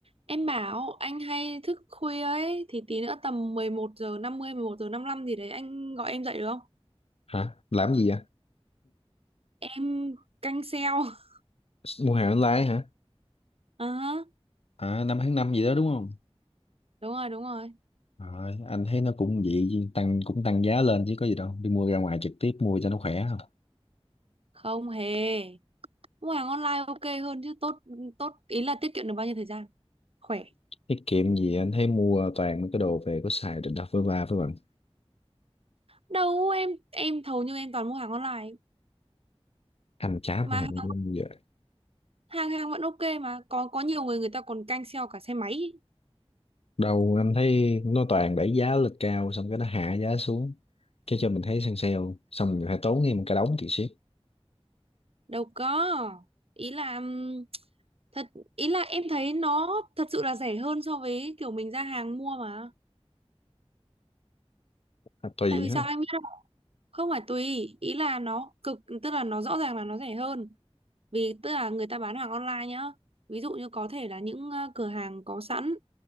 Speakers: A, on the right; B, on the left.
A: Em bảo anh hay thức khuya ấy thì tí nữa tầm mười một giờ năm mươi mười một giờ 55 gì đấy anh gọi em dậy được không?
B: hả làm gì vậy
A: Em canh sale. <laughs>
B: mua hàng online hả
A: Ờ hả,
B: à, năm tháng năm gì đó đúng không
A: Đúng rồi, đúng rồi.
B: Rồi, anh thấy nó cũng vậy tăng cũng tăng giá lên chứ có gì đâu đi mua ra ngoài trực tiếp mua cho nó khỏe không
A: Không hề. Mua hàng online ok hơn chứ tốt tốt ý là tiết kiệm được bao nhiêu thời gian? Khỏe.
B: tiết kiệm gì anh thấy mua toàn mấy cái đồ về có xài định đặt với ba với bạn
A: Đâu em em hầu như em toàn mua hàng online
B: anh chả
A: mà
B: mua hàng
A: hàng
B: online giờ
A: hàng hàng vẫn ok mà có có nhiều người người ta còn canh sale cả xe máy.
B: đâu anh thấy nó toàn đẩy giá lên cao xong cái nó hạ giá xuống cái cho mình thấy săn sale xong mình phải tốn thêm một cái đống tiền ship
A: Đâu có. Ý là ừm, thật ý là em thấy nó thật sự là rẻ hơn so với kiểu mình ra hàng mua mà.
B: à, tùy
A: Tại vì
B: ha
A: sao em biết không? Không phải tùy, ý là nó cực, tức là nó rõ ràng là nó rẻ hơn. Vì tức là người ta bán hàng online nhá. Ví dụ như có thể là những ờ, cửa hàng có sẵn